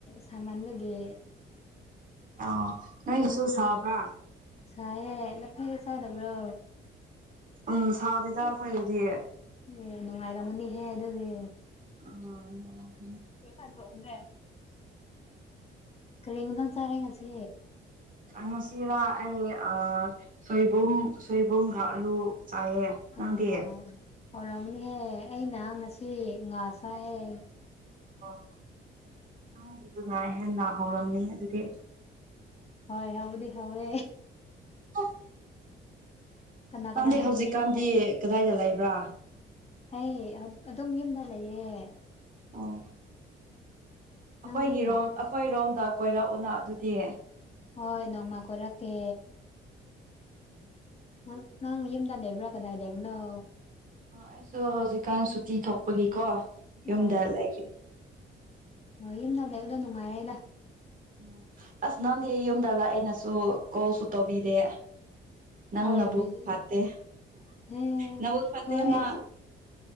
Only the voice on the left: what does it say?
ꯁꯥꯃꯟꯕꯒꯤ
ꯁꯥꯏꯌꯦꯦ ꯂꯐꯥꯏꯒ ꯆꯥꯗꯕ꯭ꯔꯣ
ꯑꯦ ꯅꯨꯡꯉꯥꯏꯔꯝꯒꯅꯤꯍꯦ ꯑꯗꯨꯗꯤ
ꯊ ꯇꯣꯗ ꯀꯔꯤꯗꯪ ꯆꯥꯔꯦ ꯉꯁꯤ
ꯑ ꯌꯥꯔ ꯍꯧꯔꯃꯅꯦꯍꯦ ꯑꯩꯅ ꯉꯁꯤ ꯉꯥ ꯆꯥꯛꯑꯦ
ꯍꯣꯏ ꯍꯕꯨꯗꯤ ꯍꯧꯋꯦ
ꯀꯅꯥ ꯀꯅꯥ
ꯂꯩꯔꯤꯅꯣ
ꯍ ꯑꯗꯨꯝ ꯌꯨꯝꯗ ꯂꯩꯌꯦ
ꯅꯪꯗꯤ
ꯍꯣꯏ ꯅꯣꯡꯃ ꯀꯔꯛꯀꯦ ꯅꯪ ꯅꯪ ꯌꯦꯃꯗ ꯗꯦꯕ꯭ꯔ ꯀꯗꯥ ꯗꯦꯕꯅꯣ
ꯑꯣ
ꯍꯣꯏ ꯌꯨꯝꯗ ꯂꯩꯕꯗꯣ ꯅꯨꯡꯉꯥꯏꯌꯦꯗ
ꯍꯣꯏ
ꯕꯤꯖꯤ
ꯑꯦ
ꯍꯣꯏ ꯑꯩꯁꯨ